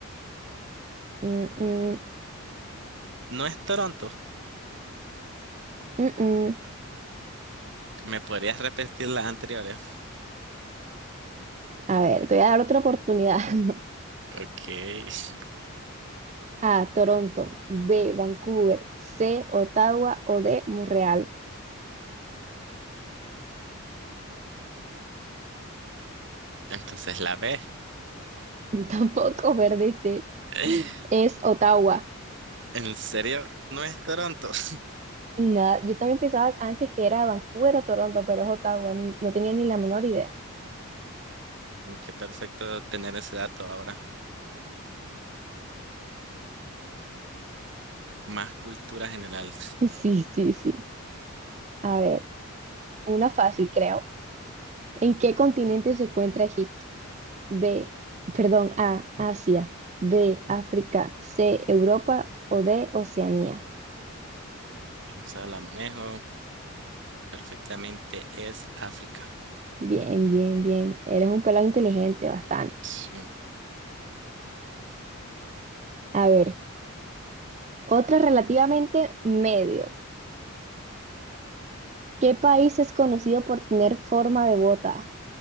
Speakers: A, on the right (about 30°); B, on the right (about 55°).
A: Mm, mm,
B: No es Toronto.
A: mm, mm.
B: ¿Me podrías repetir las anteriores?
A: A ver, te voy a dar otra oportunidad. <laughs>
B: Ok. <laughs>
A: A, Toronto. B, Vancouver. C, Ottawa. O D, Montreal.
B: Entonces la B.
A: <laughs> Tampoco perdiste.
B: <laughs>
A: Es Ottawa.
B: ¿En serio? No es Toronto. <laughs>
A: Nada, yo también pensaba antes que era Vancouver o Toronto, pero es Ottawa, ni- no tenía ni la menor idea.
B: Bueno, qué perfecto tener ese dato ahora. Más cultura general.
A: <laughs> Sí, sí, sí. A ver, una fácil, creo. ¿En qué continente se encuentra Egipto? B, perdón, A, Asia, B, África, C, Europa o D, Oceanía.
B: <laughs> Esa la manejo perfectamente. Es África.
A: Bien, bien, bien. Eres un pelado inteligente, bastante.
B: Sí.
A: A ver, otra relativamente medio. ¿Qué país es conocido por tener forma de bota?